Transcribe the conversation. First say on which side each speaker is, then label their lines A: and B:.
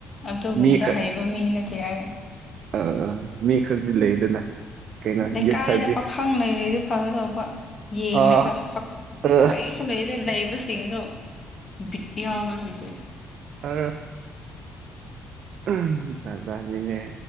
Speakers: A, on the left (about 30°); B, on the right (about 70°).
A: ꯑꯗꯨꯒꯨꯝꯕꯗꯣ
B: ꯃꯤ
A: ꯍꯩꯕ ꯃꯤ ꯅꯠꯇꯦ ꯑꯩ
B: ꯑꯥ ꯑꯥ ꯃꯤ ꯈ꯭ꯔꯗꯤ ꯂꯩꯗꯅ ꯀꯩꯅꯣ
A: ꯂꯩꯀꯥꯏꯗ
B: ꯌꯨꯠ ꯁꯔꯚꯤꯁ
A: ꯄꯥꯈꯪ ꯂꯩꯔꯗ ꯐꯒꯗꯧꯕ ꯌꯦꯡꯅꯕ
B: ꯑ ꯑ
A: ꯂꯩꯁꯨ ꯂꯩꯇꯦ ꯂꯩꯕꯁꯤꯡꯁꯨ ꯕꯤꯠ ꯌꯥꯎꯕ ꯂꯩꯇꯦꯗ
B: ꯑꯥ <unintelligible> ꯖꯥꯠ ꯖꯥꯠꯅꯤꯅꯦ